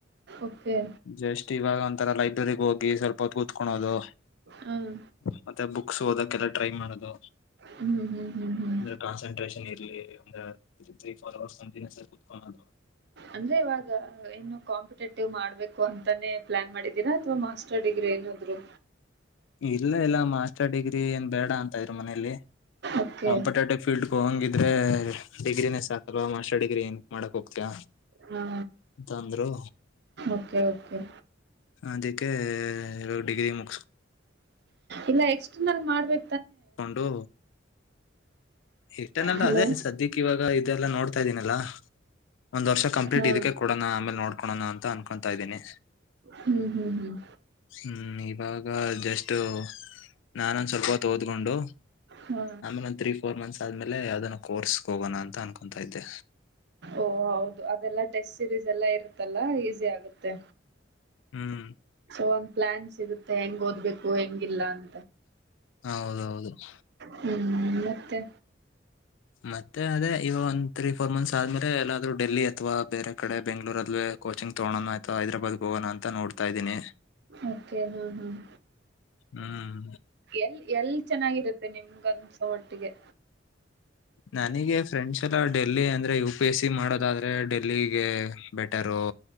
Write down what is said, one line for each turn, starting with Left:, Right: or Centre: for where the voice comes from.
Right: ಓಕೆ
Left: ಜಸ್ಟ ಇವಾಗ ತರ ಲೈಬ್ರರಿಗ್ ಹೋಗಿ ಸ್ವಲ್ ಪೋತ್ ಕುತ್ಕೊಣೋದು
Right: ಹ್ಮ್
Left: ಮತ್ತೆ ಬುಕ್ಸ್ ಓದಕ್ಕೆಲ್ಲ ಟ್ರೈ ಮಾಡೋದು.
Right: ಹ್ಮ್ ಹ್ಮ್ ಹ್ಮ್ ಹ್ಮ್
Left: ಅಂದ್ರೆ ಕಾನ್ಸಂಟ್ರೇಷನ್ ಇ ಅಂದ್ರೆ ಥ್ರೀ ಫೋರ್ ಅವರ್ಸ್ ಕಂಟಿನ್ಯೂಸ್ ಆಗ್ ಕುತ್ಕೊಣೋದು.
Right: ಅಂದ್ರೆ ಇವಾಗ ಇನ್ನು ಕಾಂಪಿಟೇಟಿವ್ ಮಾಡ್ಬೇಕು ಅಂತಾನೇ ಪ್ಲಾನ್ ಮಾಡಿದ್ದೀರಾ ಅಥವಾ ಮಾಸ್ಟರ್ ಡಿಗ್ರಿ ಏನಾದ್ರು
Left: ಇಲ್ಲ ಇಲ್ಲ ಮಾಸ್ಟರ್ ಡಿಗ್ರಿ ಏನ್ ಬೇಡ ಅಂತ ಇದ್ರು ಮನೇಲಿ.
Right: ಓಕೆ
Left: ಕಾಂಪಿಟೇಟಿವ್ ಫೀಲ್ಡ್ ಗೆ ಹೋಗಂಗಿ ಅಂದ್ರೆ ಅದೇ ಡಿಗ್ರಿನೇ ಸಾಕಲ್ವಾ ಮಾಸ್ಟರ್ ಡಿಗ್ರಿ ಏನಕ್ ಮಾಡಕ್ ಹೋಗ್ತಿಯ
Right: ಹಾ
Left: ಅಂತ ಅಂದ್ರು
Right: ಓಕೆ ಓಕೆ
Left: ಅದಿಕ್ಕೆ ಇರೋ ಡಿಗ್ರಿ ಮುಗ್ಸ್
Right: ಇಲ್ಲ ಎಕ್ಸ್ಟರ್ನಲ್ ಮಾಡ್ಬೇ
Left: ಕೊಂಡು ಎಕ್ಸ್ಟರ್ನಲ್
Right: ಹಲೋ
Left: ಅದೇ ಸದ್ಯಕ್ ಇವಾಗ ಇದೆಲ್ಲ ನೋಡ್ತಾ ಇದ್ದೀನಲ್ಲ ಒಂದ್ ವರ್ಷ ಕಂಪ್ಲಟ್
Right: ಹಾ
Left: ಇದಕ್ಕೆ ಕೊಡಣ ಆಮೇಲ್ ನೋಡ್ ಕೋಣನ ಅಂತ ಅನ್ಕೊಂತಾ ಇದೀನಿ.
Right: ಹ್ಮ್ ಹ್ಮ್ ಹ್ಮ್
Left: ಹ್ಮ್ ಇವಾಗ ಜಸ್ಟು ನಾನೊಂದ್ ಸ್ವಲ್ಪ ಹೊತ್ತು ಹೋದ್ ದ್ಕೊಂಡು
Right: ಹಾ
Left: ಆಮೇಲೆ ಒಂದ್ ತ್ರೀ ಫೋರ್ ಮಂತ್ಸ್ ಅ ಆದ್ಮೇಲೆ ಯಾವ್ದಾನೋ ಕೋರ್ಸ್ ಗೋಗಣ ಅಂತ ಅನ್ಕೊಂತಾ ಇದ್ದೆ.
Right: ಓ ಹೌದು ಅದೆಲ್ಲ ಟೆಸ್ಟ್ ಸಿರೀಸ್ ಎಲ್ಲ ಇರುತ್ತಲ್ಲ ಈಸಿ ಆಗುತ್ತೆ.
Left: ಹ್ಮ್
Right: ಸೊ ಒಂದ್ ಪ್ಲಾನ್ ಸಿಗುತ್ತೆ ಹೆಂಗ್ ಓದ್ಬೇಕು ಹೆಂಗಿಲ್ಲ ಅನ್
Left: ಹೌದೌದು <inaudible>
Right: ಹ್ಮ್ ಮತ್ತೆ
Left: ಮತ್ತೆ ಅದೇ ಇವಾಗ ಒಂದ್ ತ್ರೀ ಫೋರ್ ಮಂತ್ಸ್ ಆದ್ಮೇಲೆ ಎಲ್ಲಾದ್ರು ಡೆಲ್ಲಿ ಅಥ್ವಾ ಬೇರೆ ಕಡೆ ಬೆಂಗ್ಳೂರಲ್ಲೇ ಕೋಚಿಂಗ್ ತಗೋಣನ ಅಯ್ತ್ವ ಹೈದ್ರಾಬಾದ್ಗೆ ಹೋಗೋಣ ಅಂತ ನೋಡ್ತಾ ಇದೀನಿ.
Right: ಓಕೆ ಹ್ಮ್ ಹ್ಮ್
Left: ಹ್ಮ್
Right: ಎಲ್ ಎಲ್ ಚೆನ್ನಾಗಿರುತ್ತೆ ನಿಮ್ ಗನ್ಸೊ ಮಟ್ಟಿಗೆ
Left: ನನಿಗೆ ಫ್ರೆಂಡ್ಶ್ ಲ ಡೆಲ್ಲಿ ಅಂದ್ರೆ ಯು ಪಿ ಎಸ್ ಸಿ ಮಾಡೋದಾದ್ರೆ ಡೆಲ್ಲಿಗೆ ಬೆಟರು